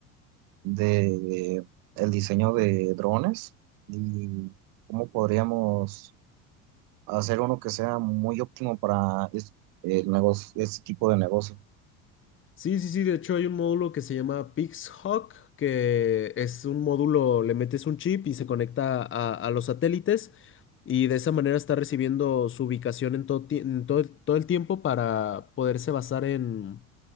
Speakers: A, on the right; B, on the left.
A: de el diseño de drones y cómo podríamos hacer uno que sea muy óptimo para es- el negocio, este tipo de negocio.
B: Sí, sí, sí, de hecho hay un módulo que se llama PixHawk, que es un módulo, le metes un chip y se conecta a, a los satélites y de esa manera está recibiendo su ubicación en todo, ti- en todo, el todo el tiempo para poderse basar en,